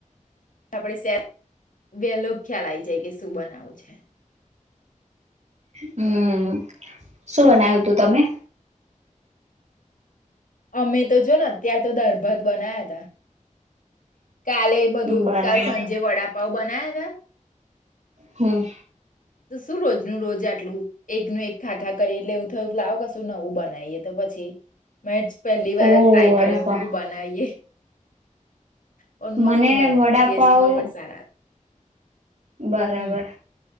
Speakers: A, on the left; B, on the right.
A: આપડણે શે વેલો ખ્યાલ આવી જાય કે શું બનાવું છે
B: હમ શું બનાવ્યું તું તમે
A: અમે તો જો ને અત્યાર તો દરભત બના્યા હતા કાલે બધું
B: બરાબર.
A: કાલ સાંજે વડાપઉ બના્યા હતા
B: હમ્મ
A: શું રોજનું રોજ આટલું એકનું એક ખાખા કરી એટલે એું થયું લાવો કશું નવું બનાવીએ તો પછી મે પહેલી વાર
B: ઓ
A: ટ્રાય
B: વડાપાવ
A: કર્યો મગુ બનાવીએ હ પણ મસ્ત
B: મને
A: બન્યા
B: વડાપાવ
A: હતા ટેસ્ટમાં પણ સારા
B: બરાબર
A: હમ